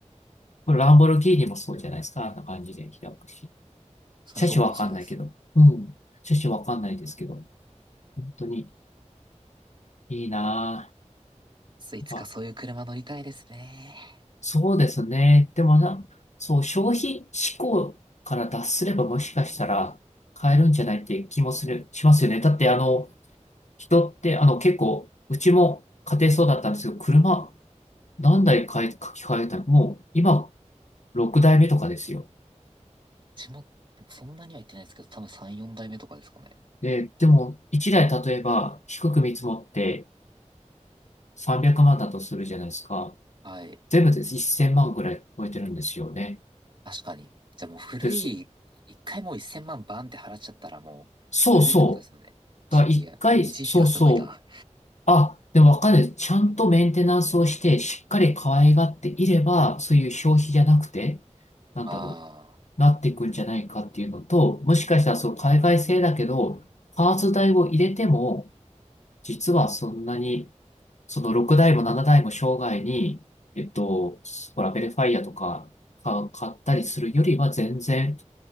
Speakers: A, on the left; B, on the right.
A: これランボルギーニもそうじゃないですか、あんな感じで開くし。
B: 確かにそうかもしれないです。
A: 車種わかんないけど。うん、車種わかんないですけど、本当にいいな
B: いつかそういう車乗りたいですね。
A: ぁ。そうですね。でもな、そう、消費思考から脱すればもしかしたら買えるんじゃないって気もする、しますよね。だってあの、人ってあの結構、うちも家庭そうだったんですけど、車何台買い、書き換えたのもう今6台目とかですよ。
B: うちも、でもそんなには行ってないですけど、多分3、4代目とかですかね。
A: で、でも1台例えば低く見積もって300万だとするじゃないですか。
B: はい。
A: 全部で1000万ぐらい超えてるんですよね。
B: 確かに。じゃあもう古い、
A: で、そ
B: 一回もう1000万バンって払っちゃったらもう乗れるってことですよね。
A: そうそう。
B: GTR。
A: だから一回、
B: でも維持費がすごいな。
A: そうそう。あ、でもわかる。ちゃんとメンテナンスをして、しっかり可愛がっていれば、そういう消費じゃなくて、なんだろ
B: ああ、
A: う、なっていくんじゃないかっていうのと、もしかしたらそう海外製だけど、パーツ代を入れても、実はそんなに、その6台も7台も生涯に、えっと、ほら、ベルファイアとかか買ったりするよりは全然、